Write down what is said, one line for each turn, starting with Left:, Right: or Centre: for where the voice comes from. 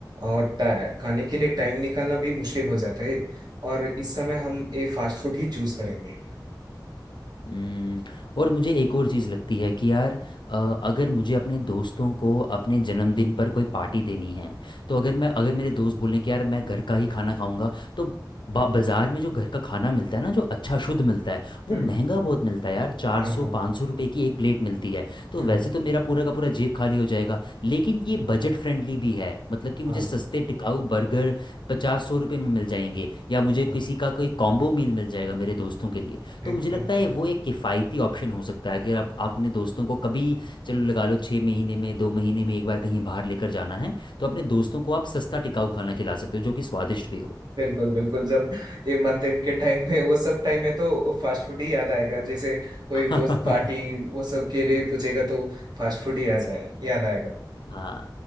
Right: और टा- खाने के लिए टाइम निकालना भी मुश्किल हो जाता है और इस समय हम ये फास्ट फूड ही चूज करेंगे
Left: हम्म, और मुझे एक और चीज़ लगती है कि यार अ, अगर मुझे अपने दोस्तों को अपने जन्मदिन पर कोई पार्टी देनी है तो अगर मैं अगर मेरे दोस्त बोलें कि यार मैं घर का ही खाना खाऊंगा तो बा- बाजार में जो घर का खाना मिलता है ना जो अच्छा शुद्ध मिलता है वो
Right: हम्म
Left: महंगा बहुत मिलता है यार चार
Right: हाँ
Left: सौ
Right: हाँ
Left: पाँच सौ रुपये की एक प्लेट मिलती है तो
Right: हम्म
Left: वैसे तो मेरा पूरा का पूरा जेब खाली हो जाएगा लेकिन ये बजट फ्रेंडली भी है मतलब कि मुझे
Right: हाँ
Left: सस्ते टिकाऊ बर्गर पचास सौ रुपये में मिल जाएंगे या मुझे
Right: बिल्कुल
Left: किसी का कोई कॉम्बो मील मिल जाएगा मेरे दोस्तों के लिए तो
Right: बिल्कुल
Left: मुझे लगता
Right: बिल्कुल
Left: है वो एक किफ़ायती ऑप्शन हो सकता है अगर आप आप अपने दोस्तों को कभी चलो लगा लो छः महीने में दो महीने में एक बार कहीं बाहर लेकर जाना है तो अपने दोस्तों को आप सस्ता टिकाऊ खाना खिला सकते हो जो कि स्वादिष्ट भी
Right: बिल्कुल बिल्कुल जब ये मंथ एंड के टाइम में वो सब टाइम में तो फास्ट फूड ही याद आएगा जैसे कोई
Left: हो
Right: दोस्त पार्टी
Left: <laughs>
Right: वो सब के लिए पूछेगा तो फास्ट फूड ही याद आया याद आएगा
Left: हाँ